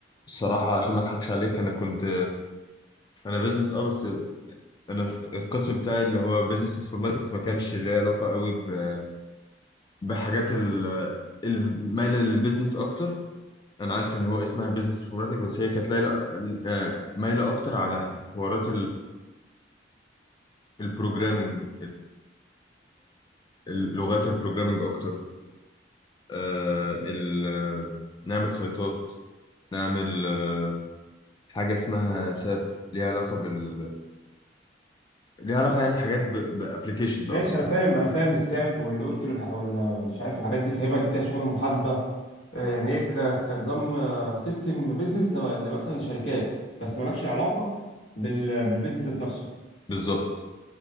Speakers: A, on the left; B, on the left.
A: الصراحة عشان ما اضحكش عليك انا كنت انا بيزنس اه بس انا القسم بتاعي اللي هو بيزنس انفورماتكس ما كانش ليه علاقة قوي ب- بحاجات ال- المايلة للبيزنس اكتر انا عارف ان هو اسمها بيزنس انفورماتكس بس هي كانت لايلة آه، مايلة اكتر على حوارات البروجرامينج اللغات البروجرامينج اكتر أه ال- نعمل سايتات نعمل آه، حاجة اسمها ساب ليها علاقة بال ليها علاقة يعني حاجات بابلكيشنز
B: ماشي
A: اكتر
B: انا فاهم انا فاهم الساب والاوركل والح... ولا مش عارف الحاجات دي فاهمها دي بتاع شغل المحاسبه آه، يعني ايه ك- كنظام سيستم بيزنس مثلا لشركات بس مالكش علاقه بال... بالبيزنس ذات نفسه
A: بالظبط